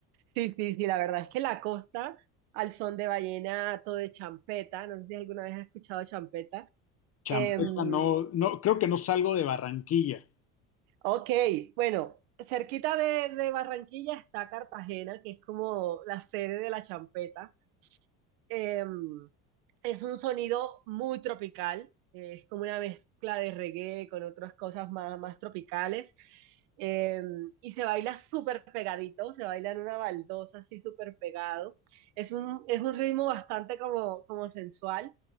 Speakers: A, on the right; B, on the left.
A: Sí, sí, sí, la verdad es que la costa al son de vallenato, de champeta, no sé si alguna vez has escuchado champeta. Em,
B: Champeta no, no, creo que no salgo de Barranquilla.
A: ok, bueno, cerquita de, de Barranquilla está Cartagena, que es como la sede de la champeta. Eh, es un sonido muy tropical, eh, es como una mezcla de reggae con otras cosas más, más tropicales. eh, y se baila súper pegadito, se baila en una baldosa así súper pegado. Es un, es un ritmo bastante como, como sensual.